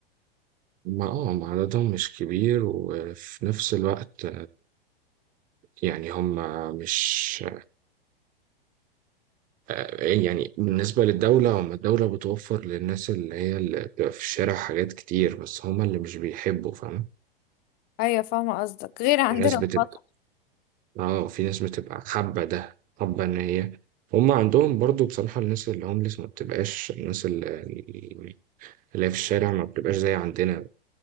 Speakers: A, on the right (about 30°); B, on the left (about 30°).
A: ما اه ما عددهم مش كبير وفي نفس الوقت يعني هم مش آه، يعني بالنسبة للدولة هم الدولة بتوفر للناس اللي هي اللي بتبقى في الشارع حاجات كتير بس هم اللي مش بيحبوا فاهم
B: ايوه فاهمة قصدك غير عندنا
A: في ناس بتبقى
B: في مصر
A: اه في ناس بتبقى حابة ده حابة ان هي هم عندهم برضو بصراحة الناس اللي هومليس ما بتبقاش الناس اللي اللي هي في الشارع ما بتبقاش زي عندنا